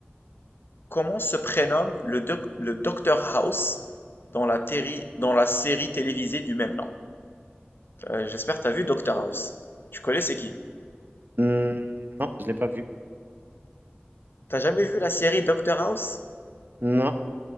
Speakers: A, on the left; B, on the right.
A: Comment se prénomme le, doc- le Dr House dans la, téri- dans la série télévisée du même nom? Euh, j'espère que t'as vu Dr House. Tu connais c'est qui?
B: Hmm, non, je l'ai pas vu.
A: T'as jamais vu la série Dr House?
B: Non.